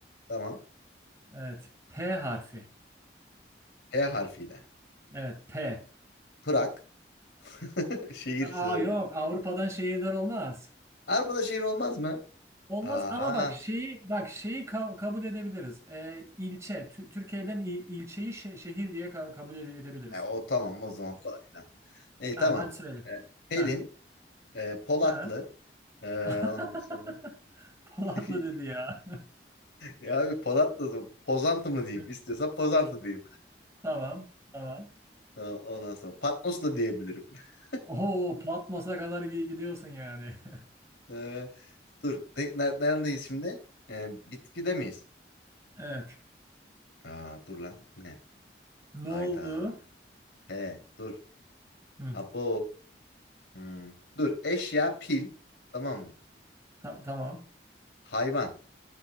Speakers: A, on the left; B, on the right.
A: Tamam.
B: Evet. P harfi.
A: P harfiyle.
B: Evet P.
A: Prag. <laughs> Şehir
B: Aa
A: söyledim.
B: yok Avrupa'dan şehirler olmaz.
A: Avrupa'da şehir olmaz mı?
B: Olmaz
A: Aa.
B: ama bak şeyi bak şeyi ka- kabul edebiliriz. Ee, ilçe Tü- Türkiye'den il- ilçeyi şe- şehir diye ka- kabul ede- edebiliriz.
A: E, o tamam o zaman kolay lan. E,
B: Ha
A: tamam.
B: hadi söyle.
A: E, Pelin,
B: Ha
A: e, Polatlı.
B: ha.
A: E,
B: <laughs>
A: ondan sonra
B: Polatlı
A: <laughs>
B: dedi ya.
A: ya abi Polatlı mı? Pozantı mı diyeyim?
B: <laughs>
A: İstiyorsan Pozantı diyeyim.
B: Tamam tamam.
A: E, ondan sonra Patmos da diyebilirim. <laughs>
B: Oo Patmos'a kadar gi- gidiyorsun yani. <laughs>
A: E, dur. Ne, ne- neredeyiz şimdi? E, bitkide miyiz?
B: Evet.
A: Aa, dur lan. Bu ne?
B: Ne
A: Hayda.
B: oldu?
A: He dur.
B: Hı,
A: Abo. Hmm. Dur eşya pil. Tamam mı?
B: ta- tamam.
A: Hayvan.